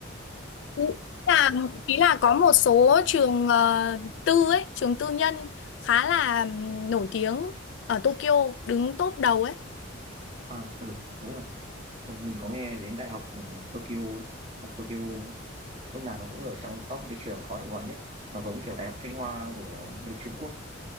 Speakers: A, on the left; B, on the right.
A: ý là ý là có một số trường ờ, tư ấy trường tư nhân khá là ừm, nổi tiếng ở Tokyo đứng top đầu ấy
B: À, ừ, đúng rồi. Ôi, mình có nghe đến đại học ừ, Tokyo ấy. Đại học Tokyo lúc nào nó cũng ở trong top những cái trường khó đậu vào nhất. Nó giống kiểu đại học Thanh Hoa của bên Trung Quốc.